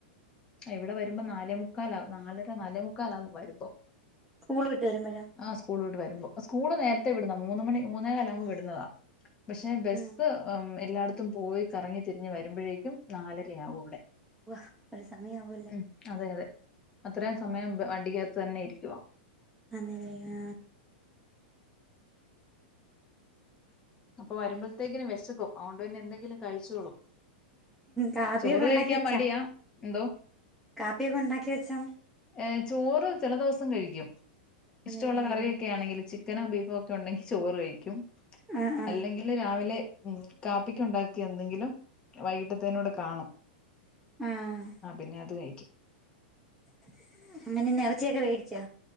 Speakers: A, on the left; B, in the centre.
A: ഇവിടെ വരുമ്പോ നാലേമുക്കാലാ നാലര നാലേമുക്കാലാകും വരുമ്പോ.
B: സ്കൂള് വിട്ട് വരുമ്പഴാ?
A: ആഹ് സ്കൂൾ വിട്ട് സ്കൂള് നേരത്തെ വിടുന്ന മൂന്ന്മണി മൂന്നേ കാലാവുമ്പോ വിടുന്നതാ, പക്ഷെ ബസ്
B: ഉം
A: എല്ലായിടത്തും പോയി കറങ്ങി തിരിഞ്ഞ് വരുമ്പൊഴേക്കും നാലരയാകും ഇവിടെ
B: വ ഒരു സമയാവൊല്ലോ
A: ഉം അതെ അതെ അത്രയും സമയം ബ വണ്ടിക്കകത്ത് തന്നെ ഇരിക്കുവ.
B: ആന്നലെ ആ
A: അപ്പൊ വരുമ്പഴ്ത്തേക്കിന് വെശക്കും, അതോണ്ട് പിന്നെ എന്തെങ്കിലും കഴിച്ചോളും.
B: കാപ്പിയൊക്കെ
A: ചോറ്
B: ഉണ്ടാക്കി
A: കഴിക്കാൻ
B: വെച്ചാ
A: മടിയാ എന്തോ
B: കാപ്പിയൊക്കെ ഉണ്ടാക്കിവെച്ചോ?
A: ഏ ചോറ് ചെല ദിവസം കഴിക്കും ഇഷ്ടവുള്ള
B: ആന്നല്ലേ
A: കറിയൊക്കേണെങ്കിൽ
B: ഉം
A: ചിക്കനോ ബീഫോ ഒക്കെ ഉണ്ടെങ്കി ചോറ് കഴിക്കും
B: ആഹ് ആഹ്
A: അല്ലെങ്കില് രാവിലെ കാപ്പിക്ക് ഉണ്ടാക്കിയെന്തെങ്കിലും വൈകിട്ടത്തേനൂടെ കാണും
B: ആഹ്
A: ആ പിന്നെ അത് കഴിക്കും.
B: <unintelligible> ഇറച്ചിയൊക്കെ വേടിച്ചാ?